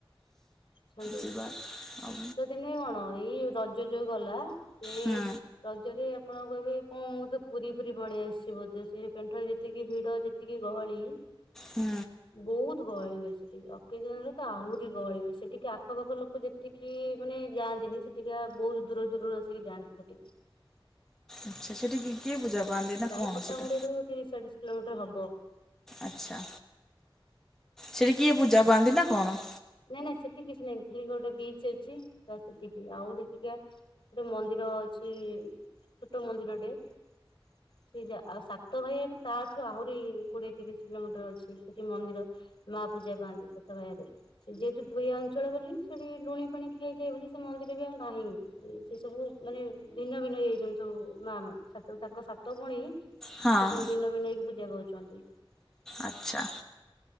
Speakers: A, on the left; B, in the centre.
A: ସାଙ୍ଗ।
B: ଯିବା ଆଉ
A: ଶିତ ଦିନେ କଣ ଏଇ ରଜ ଯୋଉ ଗଲା ଏ
B: ହୁଁ
A: ରଜରେ ଆପଣ କହିବେ କଣ ମୁଁ ତ ପୁରୀ ଫୁରୀ ପଳି ଆସିଛି ବୋଧେ ସେ ପେଣ୍ଠ ଯେତିକି ଭିଡ ଯେତିକି ଗହଳି।
B: ହୁଁ।
A: ବହୁତ ଗହଳି ହୁଏ ସେଠି ଅକେଜନରେ ତ ଆହୁରି ଗହଳି ହୁଏ ସେଠିକା ଆଖପାଖ ଲୋକ ଯେ ସେଠିକି ମାନେ ଯାଆନ୍ତିନି ସେଠିକା ବହୁତ ଦୂର ଦୂରରୁ ଆସିକି ଯାଆନ୍ତି ସେଠିକି
B: ଆଚ୍ଛା ସେଠିକି କିଏ ପୂଜା ପାଆନ୍ତି? ନା
A: ପ୍ରାୟ
B: କଣ
A: ପଟାମୁଣ୍ଡେଇରୁ
B: ସେଇଟା
A: ତିରିଶ ଚାଳିଶ କିଲୋମିଟର ହବ।
B: ଆଚ୍ଛା, ସେଠି କିଏ ପୂଜା ପାଆନ୍ତି ନା କଣ?
A: ନାଇଁ ନାଇଁ ସେଠି କିଛି ନାଇଁ। ଖାଲି ଗୋଟେ ବିଚ ଅଛି ତ ସେତିକି ଆଉ <unintelligible> ଗୋଟେ ମନ୍ଦିର ଅଛି ଛୋଟ ମନ୍ଦିରଟେ। ସେ ଯା ଆଉ ସାତ ଭାଇ ହେଲେ ତାଠୁ ଆହୁରି କୋଡିଏ ତିରିଶ କିଲୋମିଟର ଅଛି ସେଠି ମନ୍ଦିର। ମାଁ ପୂଜା ପାଆନ୍ତି ସାତ ଭାଇରେ। ସେ ଯେହେତୁ ଧୋଇଆ ଅଞ୍ଚଳ ବୋଲି ସେଠି ଲୁଣି ପାଣି ଖାଇଯାଏ ବୋଲି ସେ ମନ୍ଦିର ବି ଆଉ ନାହିଁ। ସେ ସବୁ ମାନେ ଭିନ୍ନ ଭିନ୍ନ ଇ ଯୋଉ ସବୁ ମା ସାତ ତାଙ୍କ ସାତ ଭଉଣି ସେ
B: ହଁ
A: ସବୁ ଭିନ୍ନ ଭିନ୍ନ ହେଇକି ପୂଜା ପାଉଛନ୍ତି।
B: ଆଚ୍ଛା